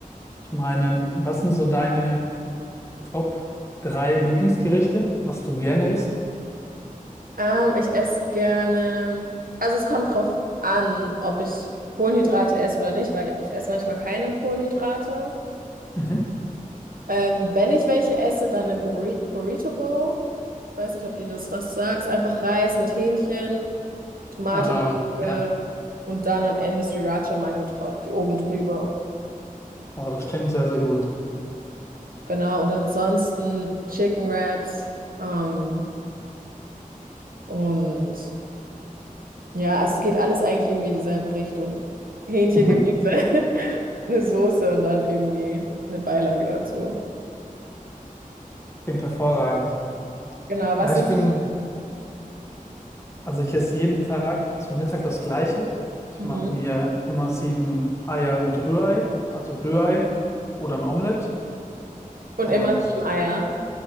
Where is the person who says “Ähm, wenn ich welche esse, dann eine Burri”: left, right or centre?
Right